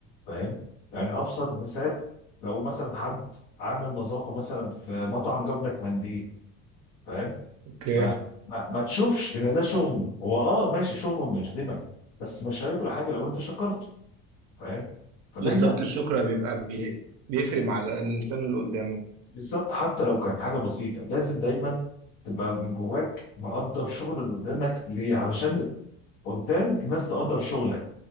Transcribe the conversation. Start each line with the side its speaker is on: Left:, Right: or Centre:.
Left: فاهم يعني ابسط مثال لو مثلا حد عامل نظافه مثلا في مطعم جاب لك منديل فاهم
Right: اوكي
Left: ما ما, ما تشوفش ان ده شغل هو اه ماشي شغله انه يخدمك بس مش هيكره حاجه لو انت شكرته فاهم فدايما
Right: بالظبط الشكر بيبقى بي... بيفرق مع الانسان اللي قدامه
Left: بالظبط حتى لو كان حاجه بسيطه لازم دايما تبقى من جواك مقدر شغل اللي قدامك ليه علشان قدام الناس تقدر شغلك